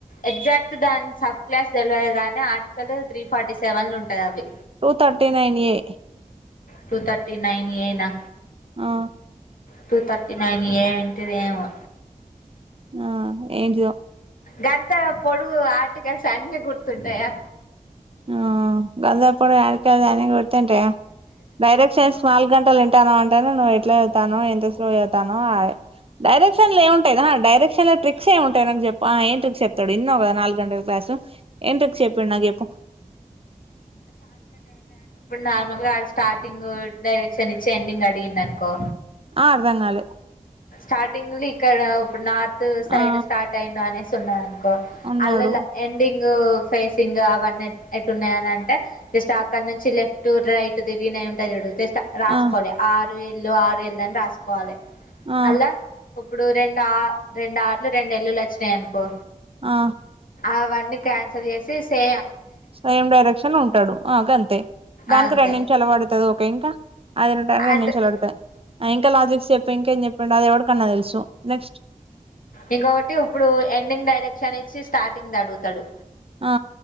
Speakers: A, on the left; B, on the right.
A: ఎగ్జాక్ట్ దాన్ని సబ్ కాస్ట్ తెలీదు కానీ అ ఆర్టికల్ త్రీ ఫార్టీ సెవెన్ లో ఉంటది అవి
B: టూ థర్టీ నైన్ ఏ
A: టూ థర్టీ నైన్ ఏనా
B: ఆ
A: టూ థర్టీ నైన్ ఏ అంటేది ఏమో
B: ఆ ఏంటిదొ
A: గంత పొడుగు ఆర్టికల్స్ అన్నిీ గుర్తుంటాయా
B: ఆ గల్లప్పుడు ఆడికే గాని గుర్తుంటయా డైరెక్షన్స్ నాలుగ్గంటల్ ఇంటాను అంటేనే నువ్వు ఎట్ల చవుతావు ఎంత సేపు చవుతానవ్ ఆ డైరెక్షన్లేం ఉంటయి రా డైరెక్షన్ల ట్రిక్సేం ఉంటయి నాక్ జెప్పు ఆ ఏం ట్రిక్స్ చెప్తడు ఇన్నవ్ గద నాల్గంట క్లాసు ఏం ట్రిక్స్ చెప్పిండు నాకు చెప్పు
A: నార్మల్గా ఆడ స్టార్టింగూ డైరెక్షనిచ్చి ఎండింగ్ అడిగిండనుకో
B: ఆ అర్థంగాలే
A: స్టార్టింగుల్నే ఇక్కడా ఉప్పుడ్ నా ద్ సైడు
B: ఆ
A: స్టార్టయిందా అనేసి ఉన్నదనుకో
B: ఉన్నాడు
A: అల్లల్ల ఎండింగ్ గూ ఫేసింగ్ అవన్నెట్ ఎట్టున్నయనంటె జస్ట్ అక్కన్నుంచి లెఫ్టు రైట్ తిరిగిన యి ఉంటై జూడు జస్ట్ రాసుకోవాలి
B: ఆ
A: ఆరు ఎల్లు ఆరు ఎల్లు అన్ రాసుకోవాలి
B: ఆ
A: అలా ఇప్పుడు రెండా రెండార్లు రెండేళ్ళులొచ్చినయనుకో
B: ఆ
A: అవన్ని క్యాన్సల్ జేసి సే
B: సేమ్ డైరెక్షన్ ఉంటడు ఆ గంతే దానికి
A: అంతే
B: రెండు నిమిషాలు పడుతది ఓకే ఇంకా అదినటానికి రెండు
A: అంటే
B: నిమిషాలు పడుతాయి ఆ ఇంక లాజిక్స్ జెప్ప ఇంకేంజెప్పిండు అదెవరికన్న తెలుసు నెక్స్ట్
A: ఇంకొకటి ఇప్పుడు ఎండింగ్ డైరెక్షనిచ్చి స్టార్టింగ్దడుగుతడు
B: ఆ